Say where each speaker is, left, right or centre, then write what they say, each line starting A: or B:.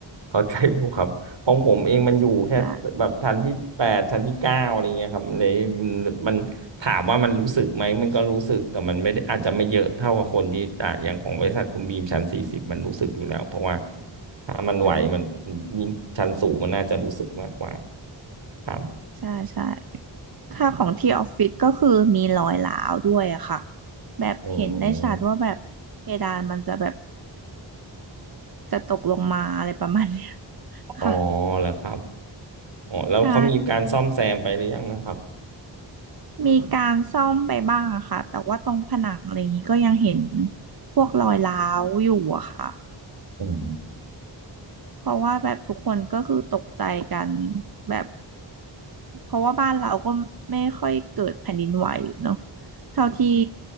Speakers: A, on the right (about 70°); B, on the right (about 50°).
A: เข้าใจอยู่ครับของผมเองมันอยู่แค่แบบชั้นที่แปดชั้นที่เก้าอะไรเงี้ยครับเลยมันมันถามว่ามันรู้สึกไหมมันก็รู้สึกแต่มันไม่ได้อาจจะไม่เยอะเท่ากับคนที่อ่ะอย่างของบริษัทคุณบีมชั้นสี่สิบมันรู้สึกอยู่แล้วเพราะว่า
B: ใช่
A: ถ้ามันไหวมัน
B: ใช่
A: ยิ่งชั้นสูงมันน่าจะรู้สึกมากกว่าครับ
B: ใช่ใช่ ค่าของที่ออฟฟิศก็คือมีรอยร้าวด้วยอะค่ะแบบเห็นได้ชัดว่าแบบเพดานมันจะแบบ
A: อืม
B: จะตกลงมาอะไรประมาณเนี้ย <laughs>
A: อ๋อ
B: ค่ะ
A: แล้วครับอ๋อแล้วเขามีการซ่อมแซมไปหรือยังนะครับ
B: ใช่มีการซ่อมไปบ้างอะค่ะแต่ว่าตรงผนังอะไรอย่างนี้ก็ยังเห็นพวกรอยร้าวอยู่อะค่ะ
A: อืม
B: เพราะว่าแบบทุกคนก็คือตกใจกันแบบเพราะว่าบ้านเราก็ไม่ค่อยเกิดแผ่นดินไหวเนาะเท่าที่